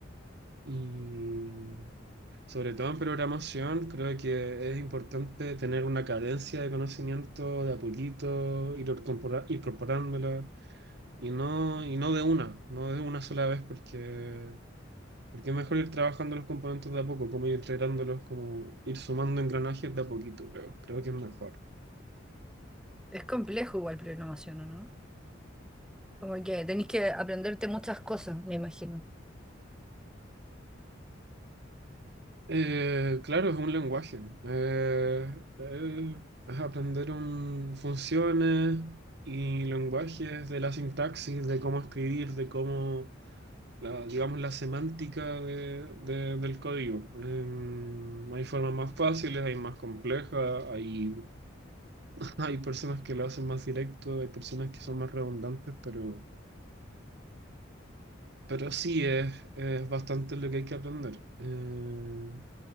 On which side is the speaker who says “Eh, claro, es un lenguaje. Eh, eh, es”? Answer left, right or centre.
Right